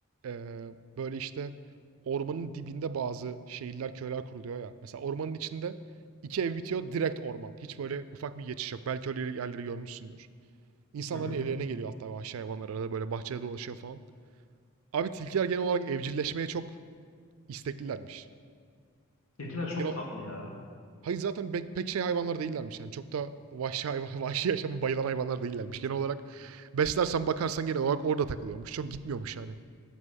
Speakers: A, on the right; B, on the left.
A: eee, böyle işte ormanın dibinde bazı şehirler, köyler kuruluyor ya. Mesela ormanın içinde iki ev bitiyor direkt orman. Hiç böyle ufak bir geçiş yok. Belki öyle yerleri görmüşsündür. İnsanların
B: Hı hı.
A: evlerine geliyor hatta vahşi hayvanlar arada böyle bahçede dolaşıyor falan. Abi tilkiler genel olarak evcilleşmeye çok isteklilermiş.
B: Tilkiler çok
A: Genel
B: tatlı
A: olarak-
B: ya.
A: hayır zaten pek, pek şey hayvanlar değillermiş yani. Çok da vahşi hayvan, <laughs> vahşi yaşamı bayılan hayvanlar değillermiş. Genel olarak beslersen bakarsan genel olarak orada takılıyormuş. Çok gitmiyormuş yani.